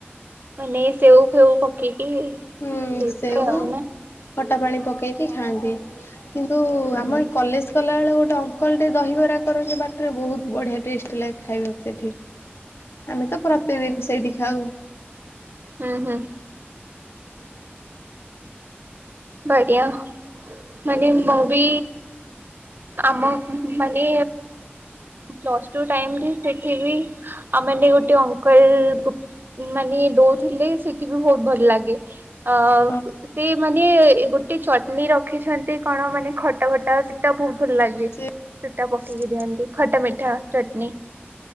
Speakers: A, on the right (about 50°); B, on the left (about 70°).
A: ମାନେ ସେଉ ଫେଉ ପକେଇକି ହେଇଯାଏ
B: ହଁ ସେଉ
A: ଆଉ ନା?
B: ଖଟା ପାଣି ପକେଇକି ଖାଆନ୍ତି। କିନ୍ତୁ
A: ହୁଁ
B: ଆମ
A: ହୁଁ
B: ଏଇ କଲେଜ୍ ଗଲାବେଳେ ଗୋଟେ ଅଙ୍କଲଟେ ଦହିିବରା କରନ୍ତି ବାଟରେ ବହୁତ ବଢ଼ିଆ ଟେଷ୍ଟ ଲାଗେ। ଖାଇବାକୁ ସେଠି ଆମେ ତ ପ୍ରତି ଦିନ ସେଇଠି ଖାଉ।
A: ଉଁ ହଁ।
B: ହ <unintelligible>
A: ବଢିଆ ମାନେ ମୁଁ ବି ଆମ ମାନେ ପ୍ଲସ୍ ଟୁ ଟାଇମ ରେ ସେଠି ବି ଆ ମାନେ ଗୋଟେ ଅଙ୍କଲ ଗୁପ ମାନେ ଦଉଥିଲେ ସେଠି ବି ବହୁତ ଭଲ ଲାଗେ ଆ
B: ଓହୋ
A: ସେ ମାନେ ଗୋଟେ ଚଟନୀ ରଖିଛନ୍ତି କଣ ମାନେ ଖଟା ଖଟା ସେଟା ବହୁତ ଭଲ ଲାଗେ।
B: ସେ
A: ସେଟା ପକେଇକି ଦିଅନ୍ତି ଖଟା ମିଠା ଚଟନୀ